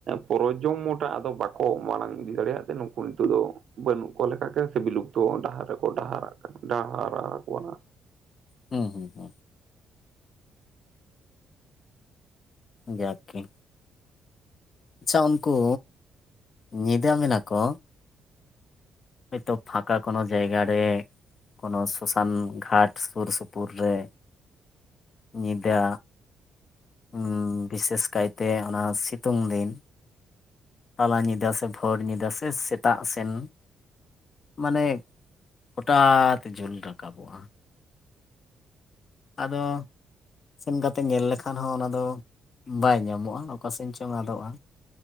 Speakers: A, on the right (about 65°); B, on the left (about 45°).
A: ᱯᱚᱨᱚᱡᱚᱢᱢᱚ ᱴᱟᱜ ᱟᱫᱚ ᱵᱟᱠᱚ ᱢᱟᱲᱟᱝ ᱤᱫᱤ ᱫᱟᱲᱮᱭᱟᱜ ᱛᱮ ᱱᱩᱠᱩ ᱱᱤᱛᱚᱜ ᱫᱚ ᱵᱟᱹᱱᱩᱜ ᱠᱚ ᱞᱮᱠᱟ ᱜᱮ ᱥᱮ ᱵᱤᱞᱩᱯᱛᱚ ᱰᱟᱦᱟᱨ ᱨᱮᱠᱚ ᱰᱟᱦᱟᱨᱟᱜ ᱠᱟᱱᱟ ᱰᱟᱦᱟᱨᱟᱣ ᱠᱟᱱᱟ᱾
B: ᱦᱩᱸ ᱦᱩᱸ ᱦᱩᱸ᱾ ᱡᱟᱠ ᱜᱮ᱾ ᱟᱪᱪᱷᱟ ᱩᱱᱠᱩ ᱧᱤᱫᱟᱹ ᱢᱮᱱᱟ ᱠᱚ, ᱦᱳᱭᱛᱚ ᱯᱷᱟᱠᱟ ᱠᱳᱱᱳ ᱡᱟᱭᱜᱟ ᱨᱮ, ᱠᱳᱱᱳ ᱥᱚᱥᱟᱱ ᱜᱷᱟᱴ ᱥᱩᱨ ᱥᱩᱯᱩᱨ ᱨᱮ, ᱧᱤᱫᱟᱹ ᱩᱸ ᱵᱤᱥᱮᱥ ᱠᱟᱭᱛᱮ ᱚᱱᱟ ᱥᱤᱛᱩᱝ ᱫᱤᱱ᱾ ᱛᱟᱞᱟ ᱧᱤᱫᱟᱹ ᱥᱮ ᱵᱷᱳᱨ ᱧᱤᱫᱟᱹ ᱥᱮ ᱥᱮᱛᱟᱜ ᱥᱮᱱ᱾ ᱢᱟᱱᱮ ᱦᱚᱴᱟᱛ ᱡᱩᱞ ᱨᱟᱠᱟᱵᱚᱜᱼᱟ᱾ ᱟᱫᱚ ᱥᱮᱱ ᱠᱟᱛᱮ ᱧᱮᱞ ᱞᱮᱠᱷᱟᱱ ᱦᱚᱸ ᱚᱱᱟ ᱫᱚ ᱵᱟᱭ ᱧᱟᱢᱚᱜᱼᱟ ᱚᱠᱟ ᱥᱮᱱ ᱪᱚᱝ ᱟᱫᱚᱜᱼᱟ᱾